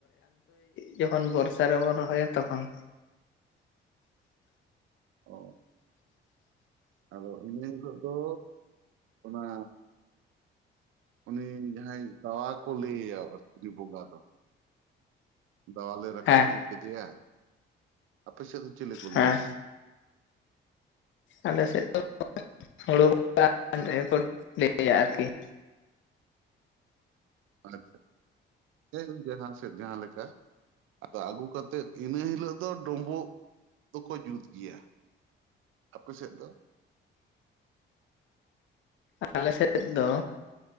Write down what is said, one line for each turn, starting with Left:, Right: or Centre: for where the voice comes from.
Left: ᱡᱚᱠᱷᱚᱱ ᱵᱚᱨᱥᱟ ᱨᱮᱵᱚᱱ ᱨᱚᱦᱚᱭᱟ ᱛᱚᱠᱷᱚᱱ
Right: ᱚ ᱾ ᱟᱫᱚ ᱤᱱᱟᱹ ᱦᱤᱞᱳᱜ ᱫᱚ ᱚᱱᱟ ᱩᱱᱤ ᱡᱟᱦᱟᱸᱭ ᱯᱟᱣᱟᱣ ᱠᱩᱞᱤᱭᱮᱭᱟ ᱩᱱᱤ ᱵᱚᱸᱜᱟ ᱫᱚ, ᱫᱟᱣᱟᱞ ᱨᱟᱠᱟᱵ
Left: ᱦᱮᱸ
Right: ᱟ ᱠᱮᱫᱮᱭᱟ ᱟᱯᱮ ᱥᱮᱫ ᱫᱚ ᱪᱮᱞᱮ ᱠᱚ
Left: ᱦᱮᱸ
Right: ᱞᱮᱭᱮ ᱭᱟ ᱾
Left: ᱟᱞᱮ ᱥᱮᱫ ᱫᱚ ᱦᱩᱲᱩ <inaudible> ᱵᱚᱸᱜᱟ ᱨᱮ ᱠᱚ ᱞᱟᱹᱭᱟ ᱟᱨᱠᱤ ᱾
Right: ᱟᱪᱪᱷᱟ, ᱦᱮ ᱜᱚᱝᱠᱮ ᱡᱟᱦᱟ ᱥᱮᱫ ᱡᱟᱦᱟᱸ ᱞᱮᱠᱟ ᱾ ᱟᱫᱚ ᱟᱹᱜᱩ ᱠᱟᱛᱮᱫ ᱤᱱᱟᱹ ᱦᱤᱞᱟᱹᱜ ᱫᱚ ᱰᱳᱢᱵᱳᱜ ᱫᱚᱠᱚ ᱡᱩᱛ ᱜᱮᱭᱟ ᱾ ᱟᱯᱮ ᱥᱮᱫ ᱫᱚ?
Left: ᱟᱞᱮ ᱥᱮᱫ ᱫᱚ